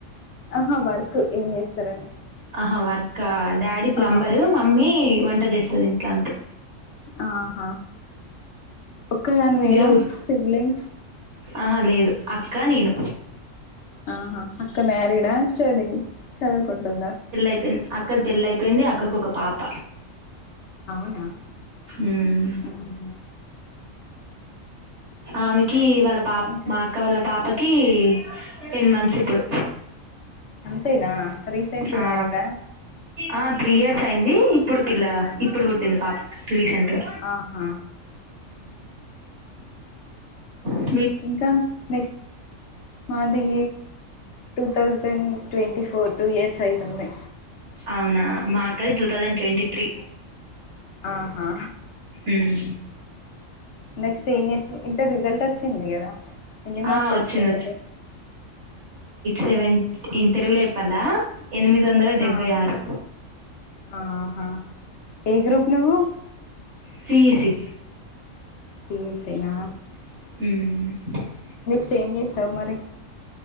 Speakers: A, on the left; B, on the right.
A: ఆహా వర్క్ ఏం చేస్తారని
B: ఆహా వర్క్ డాడీ ప్లంబరు
A: ఆ
B: మమ్మీ వంట చేస్తది ఇంట్ల అంతే
A: ఆహా ఒక్కదాని వేనా
B: మీరు
A: సిబ్లింగ్స్
B: ఆహా లేదు అక్క నేను
A: ఆహా అక్క మ్యారీడా స్టడీ చదువుకుంటుందా
B: పోయింది అక్కది పెళ్ళి అయిపోయింది అక్కకు ఒక పాప
A: అవునా
B: ఉమ్
A: అవునా
B: ఆమెకి వాళ్ళ పాప
A: ఇంకా
B: మా అక్క వాళ్ళ పాపకి టేన్ మన్స్ ఇప్పుడు
A: అంతేనా రీసెంట్లీ
B: ఆ
A: మ్యారీడా
B: ఆ త్రీ ఇయర్స్ అయింది ఇప్పుడు పిల్ల ఇప్పుడు పుట్టింది పాప రీసెంట్ గ
A: ఆహా
B: మ్
A: ఇంకా నెక్స్ట్ మాది టు ూ thousand twenty four two years అయితుంది
B: అవునా మా అక్కది టూ ౌసండ్ ట్వంటీ త్రీ
A: ఆహా
B: ఉమ్
A: నెక్స్ స్ట్ ఎం చెస్ ట్రైన్ ఇంటర్ రిజల్ట్ వచ్చింది కదా ఎన్ని మార్క్స్
B: ఆ
A: వచ్చినాయి
B: వచ్చింది
A: మరి
B: సెవెంట్ తెలుగుల చేప్పల్న ఎనిమిది వందల డెబ్బై
A: ఆ
B: ఆరు
A: ఆహా ఏ గ్రూప్ నువ్వు
B: సిీఈసీ
A: సిఈసి నా
B: మ్
A: చేంజ్ చేస్తావ్ మరి